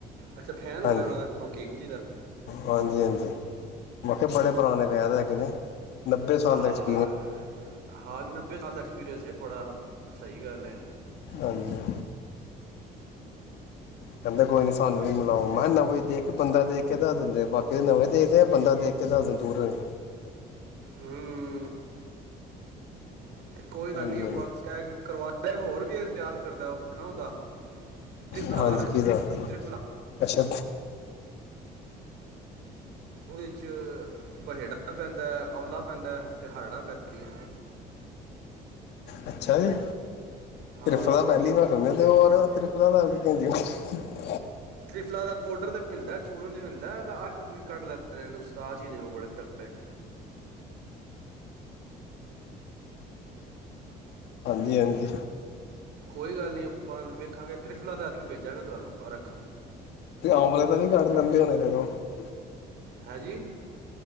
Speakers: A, on the right; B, on the left.
A: ਅੱਛਾ ਫੈਨ ਹੋ
B: ਹਾਂਜੀ
A: ਗਿਆ ਉਹਨਾਂ ਦਾ ਹਕੀਮ ਜੀ ਦਾ
B: ਹਾਂਜੀ ਹਾਂਜੀ ਮੈ ਕਿਹਾ ਬੜੇ
A: ਕੋ-
B: ਪੁਰਾਣੇ ਵੈਦ ਹੈਗੇ ਨੇ। ਨੱਬੇ ਸਾਲ
A: ਹਾਂ
B: ਦਾ ਐਕਸਪੀਰੀਐਂਸ
A: ਹਾਂ, ਨੱਬੇ ਸਾਲ ਦਾ ਐਕਸਪੀਰੀਅੰਸ ਹੈ ਬੜਾ ਸਹੀ ਗੱਲ ਐ।
B: ਹਾਂਜੀ ਕਹਿੰਦੇ ਕੋਈ ਨੀ ਸਾਨੂੰ ਵੀ ਮਲਾਓ, ਮੈਂ ਕਿਹਾ ਨਵੀਂ ਦੇਖ ਕੇ ਬੰਦਾ ਦੇਖ ਕੇ ਦਸ ਦਿੰਦੇ ਬਾਕੀ ਦੇ ਨਵੇ ਦੇਖਦੇ ਆ ਬੰਦਾ ਦੇਖ ਕੇ ਦਸ ਦਿਨ ਦੂਰ ਰਹੀ।
A: ਹੂੰ ਤੇ ਕੋਈ ਗੱਲ
B: ਹਾਂਜੀ
A: ਨਹੀਂ ਆਪਾਂ
B: ਹਾਂਜੀ
A: ਕਹਿ ਕਰਵਾ ਮੈਂ ਹੋਰ ਵੀ ਐ ਤਿਆਰ ਕਰਦਾ ਉਹ ਬਣਾਦਾ ਤ੍ਰਿਫਲਾ
B: ਹਾਂਜੀ
A: ਅਰਕ
B: ਕਿਹਦਾ
A: ਤ੍ਰਿਫਲਾ
B: ਅੱਛਾ
A: ਉਹਦੇ ਚ ਬਹੇੜਾ ਪੈਂਦਾ ਹੈ, ਔਲਾ ਪੈਂਦਾ ਅਤੇ ਹਰੜਾਂ ਪੈਂਦੀਆਂ।
B: ਅੱਛਾ ਜੀ,
A: ਹਾਂ
B: ਤ੍ਰਿਫਲਾ ਦਾ
A: ਉਹ
B: ਪਹਿਲੀ ਵਾਰ ਸੁਣਿਆ ਤੇ ਹੋਰ ਤ੍ਰਿ ਉਹਨਾ ਦਾ ਕੀ <unintelligible>
A: ਤ੍ਰਿਫਲ ਦਾ ਪਓਡਰ ਦੇ ਮਿਲਦਾ ਚੂਰਨ ਚ ਮਿਲਦਾ ਅੱਡ ਵੀ ਕੱਢ ਲੈਂਦੇ ਨੇ ਉਸਤਾਦ ਜੀ ਨੇ ਉਹ ਬੜੇ ਤਕੜੇ
B: ਹਾਂਜੀ-ਹਾਂਜੀ,
A: ਕੋਈ ਗੱਲ ਨੀ, ਆਪਾਂ ਵੇਖਾਂਗੇ ਤ੍ਰਿਫਲਾ ਦਾ ਐਤਕੀ, ਭੇਜਾਂਗੇ ਤੁਹਾਨੂੰ ਰੱਖ
B: ਤੇ ਆਮਲੇ ਦਾ ਵੀ ਕੱਢ ਲੈਂਦੇ ਹੋਣੇ ਫਿਰ ਉਹ
A: ਹੈਂ ਜੀ,